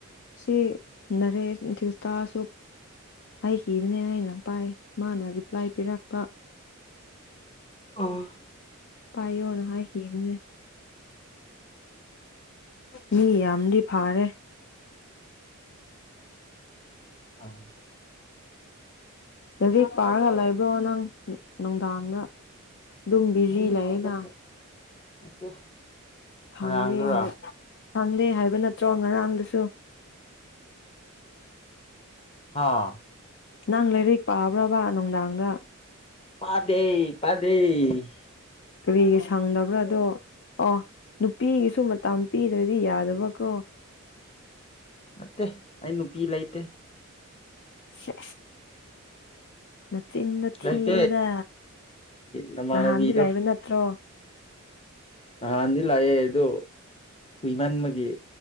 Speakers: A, on the left; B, on the left.
A: ꯁꯤ ꯅꯔꯦ ꯊꯁꯇꯁꯨ ꯑꯩ ꯀꯤꯕꯅꯦ ꯍꯥꯏꯅ ꯄꯥꯏ ꯃꯥꯅ ꯔꯤꯄ꯭ꯂꯥꯏ ꯄꯤꯔꯛꯄ
B: ꯑꯣ
A: ꯄꯥꯏ ꯑꯣꯅ ꯍꯥꯏꯈꯤꯕꯅ‌ꯦ ꯃꯤ ꯌꯥꯝꯗꯤ ꯐꯥꯔꯦ
B: ꯑꯥ
A: ꯂꯥꯏꯔꯤꯛ ꯄꯥꯔꯒ ꯂꯩꯕ꯭ꯔꯣ ꯅꯪ ꯅꯨꯡꯗꯥꯡꯗ ꯑꯗꯨꯝ ꯕꯤꯖꯤ
B: <unintelligible>
A: ꯂꯩꯌꯦꯅ
B: ꯉꯔꯥꯡꯗꯨꯔꯥ
A: ꯍꯥꯡꯗꯦ ꯍꯥꯏ ꯍꯥꯡꯗꯦ ꯍꯥꯏꯕ ꯅꯠꯇ꯭ꯔꯣ ꯉꯔꯥꯡꯗꯁꯨ
B: ꯍꯥꯥ
A: ꯅꯪ ꯂꯥꯏꯔꯛ ꯄꯥꯕ꯭ꯔꯕ ꯅꯨꯡꯗꯥꯡꯗ
B: ꯄꯥꯗ‌ꯦ ꯄꯥꯗ‌ꯦ
A: ꯀꯔꯤꯒꯤ ꯁꯪꯗꯕ꯭ꯔꯥ ꯑꯗꯣ ꯑꯣ ꯅꯨꯄꯤꯒꯤꯁꯨ ꯃꯇꯝ ꯄꯤꯗ꯭ꯔꯗꯤ ꯌꯥꯗꯕꯀ꯭ꯔꯣ
B: ꯃꯠꯇꯦ ꯑꯩ ꯅꯨꯄꯤ ꯂꯩꯇꯦ
A: ꯁ ꯅꯆꯤꯟꯗ‌ꯣ ꯊꯤꯅꯨꯗ
B: ꯂꯩꯇꯦ ꯅꯃꯥꯟꯅꯕꯤꯗꯣ
A: ꯅꯍꯥꯟꯗꯤ ꯂꯩꯕ ꯅꯠꯇ꯭ꯔꯣ
B: ꯅꯍꯥꯟꯗꯤ ꯂꯥꯛꯑꯦ ꯑꯗꯣ ꯀꯨꯏꯃꯟꯕꯒꯤ